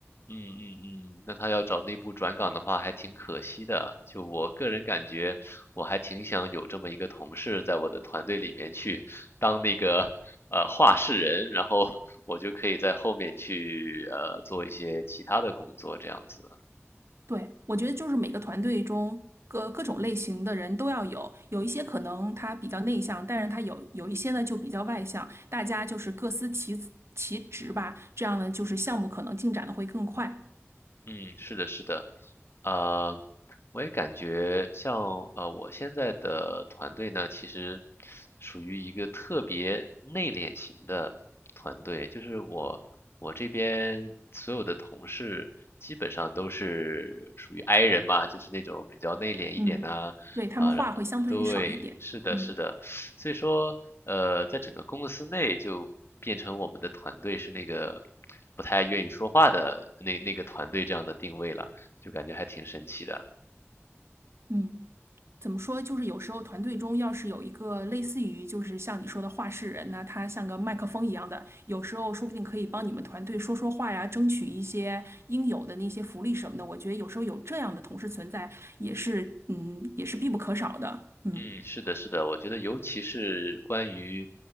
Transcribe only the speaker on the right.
对，我觉得就是每个团队中各各种类型的人都要有，有一些可能他比较内向，但是他有有一些呢就比较外向，大家就是各司其其职吧，这样呢就是项目可能进展的会更快。
嗯，对，他们话会相对于少一点。
嗯
嗯。怎么说，就是有时候团队中要是有一个类似于就是像你说的话事人呢，他像个麦克风一样的，有时候说不定可以帮你们团队说说话呀，争取一些应有的那些福利什么的。我觉得有时候有这样的同事存在，也是嗯，也是必不可少的。嗯，